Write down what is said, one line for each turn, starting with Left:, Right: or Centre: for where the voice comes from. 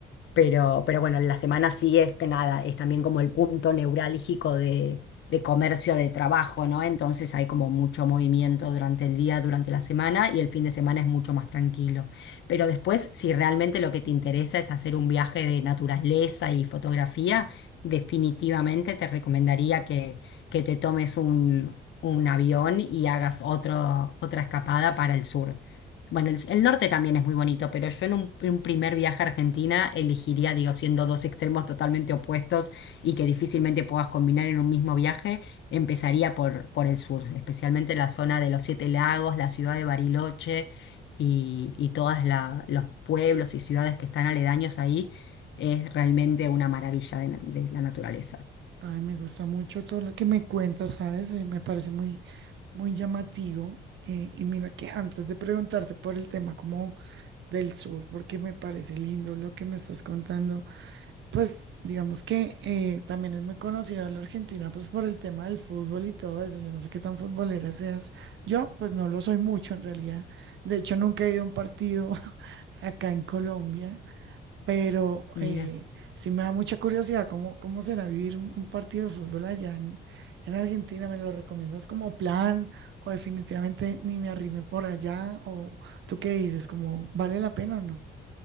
Left: pero, pero bueno, la semana sí es que nada, es también como el punto neurálgico de, de comercio, de trabajo, ¿no? Entonces hay como mucho movimiento durante el día, durante la semana y el fin de semana es mucho más tranquilo. Pero después, si realmente lo que te interesa es hacer un viaje de naturaleza y fotografía, definitivamente te recomendaría que, que te tomes un, un avión y hagas otro, otra escapada para el sur. Bueno, el, el norte también es muy bonito, pero yo en un, un primer viaje a Argentina elegiría, digo, siendo dos extremos totalmente opuestos y que difícilmente puedas combinar en un mismo viaje, empezaría por, por el sur, especialmente la zona de los Siete Lagos, la ciudad de Bariloche y, y todos los pueblos y ciudades que están aledaños ahí. Es realmente una maravilla de na- de la naturaleza.
Right: Ay, me gusta mucho todo lo que me cuentas, ¿sabes? Eh, me parece muy, muy llamativo. Eh, y mira que antes de preguntarte por el tema como del sur, porque me parece lindo lo que me estás contando, pues digamos que eh, también es muy conocida la Argentina, pues por el tema del fútbol y todo eso. Yo no sé qué tan futbolera seas. Yo, pues no lo soy mucho en realidad. De hecho, nunca he ido a un partido <laughs> acá en Colombia. Pero
Left: Mira.
Right: eh, sí me da mucha curiosidad cómo, cómo será vivir un, un partido de fútbol allá en, en Argentina. ¿Me lo recomiendas como plan o definitivamente ni me arrime por allá? ¿O tú qué dices? ¿Como vale la pena o no?